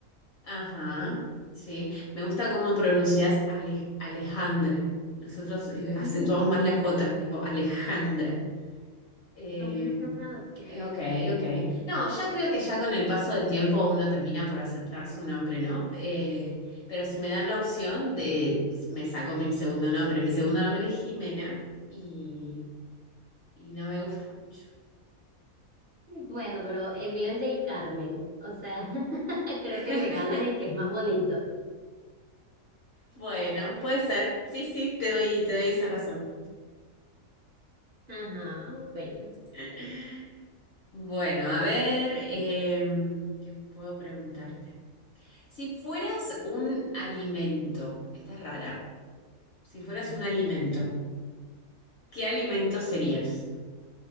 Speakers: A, on the left; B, on the right.
A: Ajá, sí. Me gusta cómo pronuncias Ale- Alejandra. Nosotros eh, acentuamos
B: <laughs>
A: más la J, tipo Alejandra. Eh,
B: Okay.
A: eh, ok, ok. No, ya creo que ya con el paso del tiempo uno termina por aceptar su nombre, ¿no? Eh, pero si me dan la opción, eh, me saco mi segundo nombre. Mi segundo nombre es Jimena y, y no me gusta mucho.
B: Bueno, pero el mío es del Carmen, o sea, <laughs> creo
A: <laughs>
B: que me ganas en que es más bonito.
A: Bueno, puede ser. Sí, sí, te doy, te doy esa razón.
B: Ajá, bueno.
A: <laughs> Bueno, a ver, em, ¿qué puedo preguntarte? Si fueras un alimento, esta es rara, si fueras
B: <laughs>
A: un alimento, ¿Qué alimento serías?